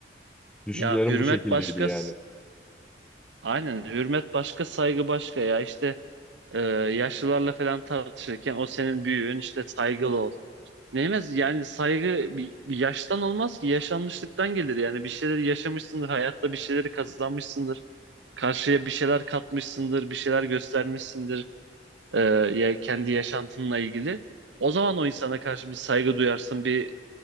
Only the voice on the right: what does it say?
Ya hürmet
başka...
s- Aynen hürmet başka saygı başka ya işte e, yaşlılarla falan tartışırken o senin büyüğün işte saygılı ol. Neyemez yani saygı bir, bir yaştan olmaz ki yaşanmışlıktan gelir yani bir şeyleri yaşamışsındır hayatta bir şeyleri kazanmışsındır karşıya bir şeyler katmışsındır bir şeyler göstermişsindir e, ya kendi yaşantınla ilgili o zaman o insana karşı bir saygı duyarsın bir